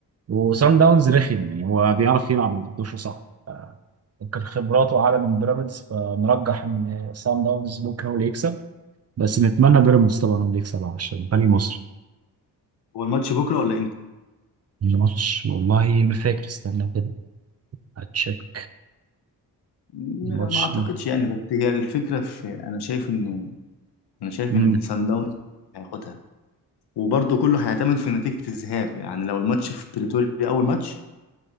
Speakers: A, on the right; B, on the left.
A: وصن داونز رخم يعني هو بيعرف يلعب ال 11 صح ممكن خبراته أعلى من بيراميدز فنرجح إن صن داونز ممكن هو اللي يكسب بس نتمنى بيراميدز طبعا هو اللي يكسب عشان فريق مصر
B: هو الماتش بكره ولا امتى
A: الماتش والله ما فاكر استنى كده هتشيك
B: ما
A: الماتش
B: ما اعتقدش يعني بس هي الفكره في انا شايف ان انا شايف
A: مم.
B: ان سان داونز هياخدها وبرضه كله هيعتمد في نتيجة الذهاب يعني لو الماتش في بريتوريا أول ماتش